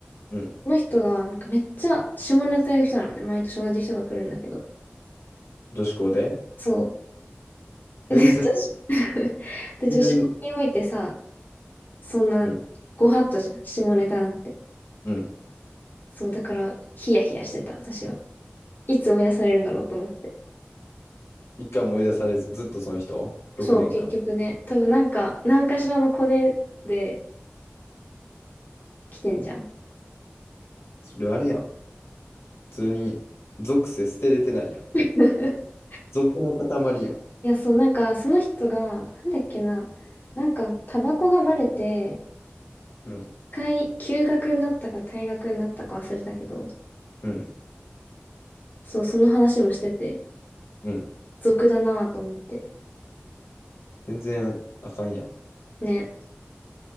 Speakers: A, on the left; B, on the left.
A: うん。
B: この人がなんかめっちゃ下ネタ言う人なのね。毎年同じ人が来るんだけど。
A: 女子校で
B: そう。<laughs> で、
A: 全然、
B: 女子 <laughs> で、
A: 全然、
B: 女子校においてさ、そんなご法度じゃん、
A: うん。
B: 下ネタなんて。
A: うん。
B: そう、だからヒヤヒヤしてた、私は。いつ追い出されるんだろうと思って。
A: 一回も追い出されず、ずっとその人 ?6
B: そう、結局ね、
A: 年間。
B: 多分なんか、何かしらのコネで来てんじゃん。
A: それあれやん。普通に、属性捨てれてないやん。
B: <laughs>
A: 俗の塊やん。
B: いや、そう、なんか、その人が、なんだっけな、なんか、タバコがバレて、
A: うん、
B: 一回、休学になったか退学になったか忘れたけど、
A: うん、
B: そう、その話もしてて、
A: うん。
B: 俗だなぁと思って。
A: 全然あかんやん。
B: ね、